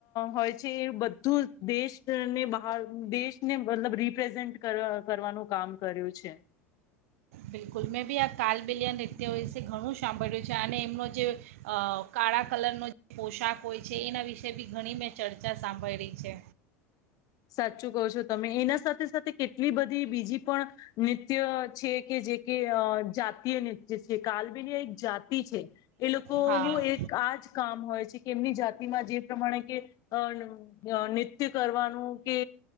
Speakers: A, on the left; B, on the right.
A: હોય છે એ બધું દેશને બહાર દેશને મતલબ રિપ્રેઝન્ટ કરવાનું કામ કર્યું છે.
B: બિલકુલ મેં બી આ કાલબિલિયા નૃત્ય વિશે ઘણું સાંભળ્યું છે અને એમનો જે કાળા કલરનો જે પોશાક હોય છે એના વિશે બી ઘણી મેં ચર્ચા સાંભયળી છે.
A: સાચું કહો છો તમે એના સાથે સાથે કેટલી બધી બીજી પણ નૃત્ય છે. કે જે કે જાતિય નૃત્ય છે કાલબેલી એક જાતિ છે. એ લોકોનું
B: હા
A: એક આ જ કામ હોય છે કે એમની જાતિમાં જે પ્રમાણે કે અ નિત્ય કરવાનું. કે